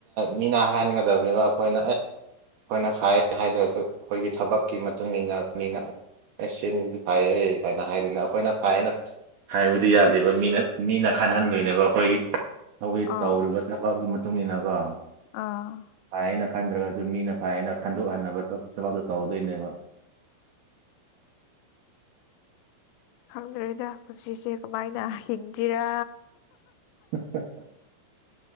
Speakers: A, on the right (about 75°); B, on the left (about 85°).
A: ꯃꯤꯅ ꯍꯥꯏꯟꯒꯗꯕꯅꯦꯕ ꯑꯈꯣꯏꯅ ꯑꯦ ꯑꯩꯈꯣꯏꯅ ꯐꯥꯏ ꯍꯥꯏꯗ꯭ꯔꯁꯨ ꯑꯩꯈꯣꯏꯒꯤ ꯊꯕꯛꯀꯤ ꯃꯇꯨꯡ ꯏꯟꯅ ꯃꯤꯅ ꯑꯁ ꯁꯤ ꯃꯤꯖꯤꯗꯤ ꯐꯩꯍꯦ ꯀꯥꯏꯅ ꯍꯥꯏꯗꯣꯏꯅꯦ ꯑꯩꯈꯣꯏꯅ ꯐꯥꯏꯌꯦꯅ ꯍꯥꯏꯕꯗꯤ ꯌꯥꯗꯦꯕ ꯃꯤꯅ-ꯃꯤꯅ ꯍꯥꯏꯅꯟꯍꯟꯗꯣꯏꯅꯦꯕ ꯑꯩꯈꯣꯏꯒꯤ ꯍꯧꯖꯤꯛ
B: ꯑꯥꯎ
A: ꯇꯧꯔꯤꯕ ꯊꯕꯛꯀꯤ ꯃꯇꯨꯡ ꯏꯟꯅꯀꯣ꯫
B: ꯑꯥ
A: ꯐꯩꯅ ꯈꯟꯗ꯭ꯔꯒꯁꯨ ꯃꯤꯅ ꯐꯩꯌꯦꯅ ꯈꯟꯗꯣꯛꯍꯟꯅꯕ ꯊꯕꯛꯇꯣ ꯇꯧꯗꯣꯏꯅꯦꯕ꯫ <inaudible>
B: ꯈꯪꯗ꯭ꯔꯦꯗꯥ ꯄꯨꯟꯁꯤꯁꯦ ꯀꯃꯥꯏꯅ ꯍꯤꯡꯖꯤꯔꯥ
A: ꯎꯝ ꯎꯝ